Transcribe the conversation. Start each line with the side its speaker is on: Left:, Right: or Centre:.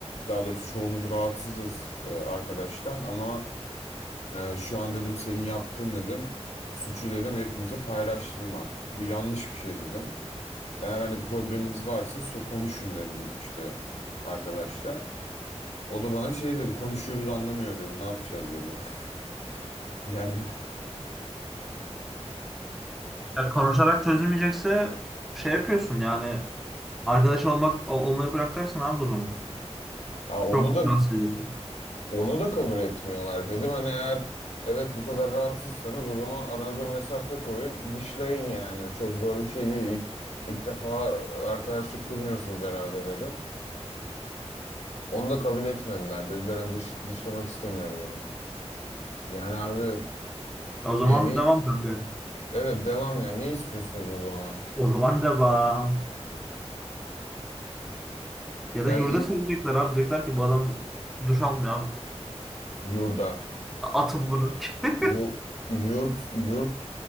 Left: daha doğrusu çoğumuz rahatsızız e, arkadaştan ama e, şu an dedim senin yaptın dedim. Suçu dedim hepimize paylaştırmak. Bu yanlış bir şey dedim. Eğer hani probleminiz varsa sö- konuşun dedim işte arkadaşla. O da bana şey dedi konuşuyoruz anlamıyor dedi ne yapacağız dedi. <laughs> Yani
Centre: Ya konuşarak çözülmeyecekse şey yapıyorsun yani arkadaş olmak ol- olmayı bırakacaksın abi o zaman.
Left: Ya onu
Centre: Çok
Left: da
Centre: rahatsız ediyor.
Left: onu da kabul etmiyorlar. Dedim hani eğer evet bu kadar rahatsızsanız o zaman aranıza mesafe koyun, dışlayın yani. Çok zor bir şey değil. İlk, ilk defa arkadaşlık kurmuyorsunuz herhalde dedim. Onu da kabul etmediler. Dediler hani dış, dışlamak istemiyoruz onu. Yani abi
Centre: O zaman
Left: ne ne
Centre: devam kanka.
Left: evet devam yani ne istiyorsunuz o zaman?
Centre: O zaman devam. Ya
Left: Yani
Centre: da yurda
Left: i-
Centre: söyleyecekler abi. Diyecekler ki bu adam duş almıyor abi.
Left: yurda.
Centre: A- Atın bunu. <laughs>
Left: Bu yurt yurt